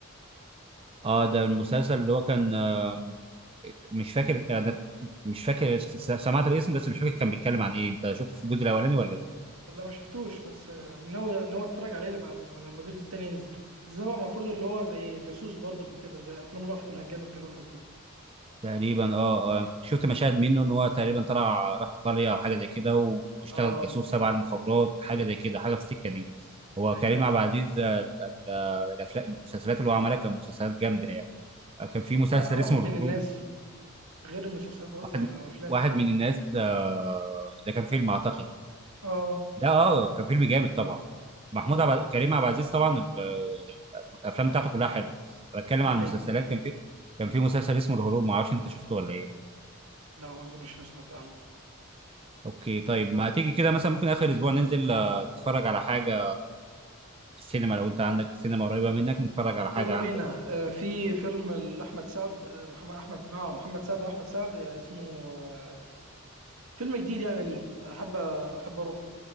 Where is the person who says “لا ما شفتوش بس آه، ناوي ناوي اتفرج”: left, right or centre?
Right